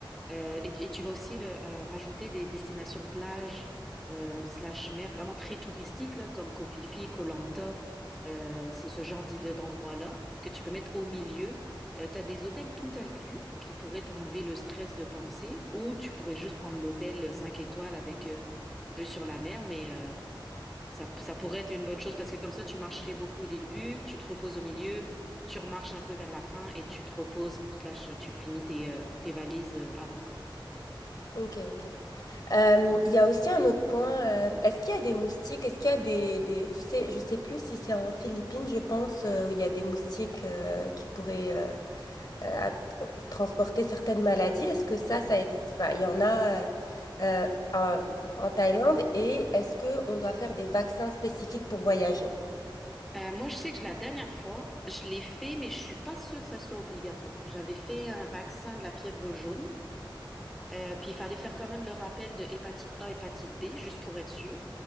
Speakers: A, in the centre; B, on the left (about 50°).
A: euh, et, et tu vas aussi le- euh, rajouter des destinations plages, euh, slash mer, vraiment très touristiques, là, comme Koh Phi Phi, Koh Lanta, euh, c'est ce genre d'id- d'endroits-là que tu peux mettre au milieu. tu as des hôtels tout inclus qui pourraient t'enlever le stress de penser, ou tu pourrais juste prendre l'hôtel 5 étoiles avec... euh, vue sur la mer, mais euh, ça, ça pourrait être une bonne chose parce que comme ça, tu marcherais beaucoup au début, tu te reposes au milieu, tu remarches un peu vers la fin et tu te reposes, slash, tu finis tes, euh, tes valises euh, à Bangkok.
B: Ok, ok. Euh, Il y a aussi un autre point. euh, est-ce qu'il y a des moustiques? Est-ce qu'il y a des, des- Tu sais, je sais plus si c'est en Philippines, je pense, euh, où il y a des moustiques euh, qui pourraient euh, euh, app- euh, transporter certaines maladies. Est-ce que ça, ça existe? Enfin, il y en a euh, euh, en en Thaïlande. Et est-ce que on doit faire des vaccins spécifiques pour voyager?
A: Euh, moi, je sais que la dernière fois, je l'ai fait, mais je suis pas sûre que ça soit obligatoire. J'avais fait un vaccin de la fièvre jaune, euh, puis il fallait faire quand même le rappel de hépatite A, hépatite B, juste pour être sûr.